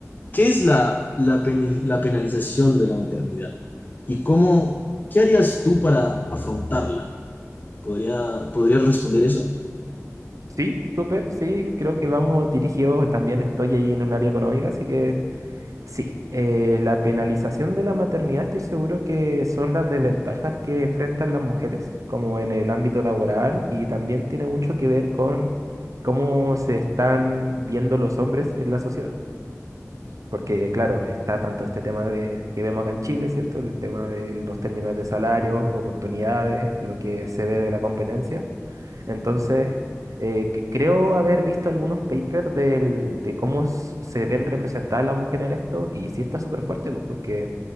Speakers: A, on the left; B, on the right.
A: ¿qué es la, la, peni- la penalización de la maternidad? ¿Y cómo, qué harías tú para afrontarla? ¿Podría, ¿Podrías responder eso?
B: Sí, súper, sí, creo que vamos dirigidos, también estoy ahí en un área económica, así que sí, eh, la penalización de la maternidad estoy seguro que son las desventajas que enfrentan las mujeres, como en el ámbito laboral, y también tiene mucho que ver con cómo se están viendo los hombres en la sociedad. Porque, claro, está tanto este tema de que vemos acá en Chile, ¿cierto? El tema de los términos de salario, oportunidades, lo que se ve de la competencia. Entonces, eh, c- creo haber visto algunos papers del- de cómo s- se ven representadas las mujeres en esto, y sí está súper fuerte, pues, porque,